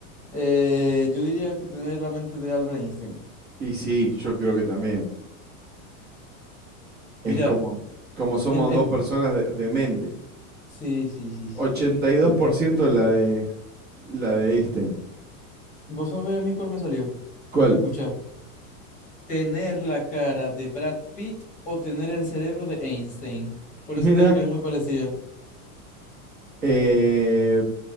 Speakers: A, on the left; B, on the right.
A: Eh, yo diría que tener la mente de Albert Einstein.
B: Y sí, yo creo que también.
A: Mira,
B: Es como, como somos
A: el, el,
B: dos personas de de mente.
A: Sí, sí, sí,
B: 82%
A: sí.
B: la de la de Einstein.
A: Vos sabés a mí cuál me salió.
B: ¿Cuál?
A: Escucha, tener la cara de Brad Pitt o tener el cerebro de Einstein. Por
B: Mira,
A: eso te dije que era muy parecida.
B: eh,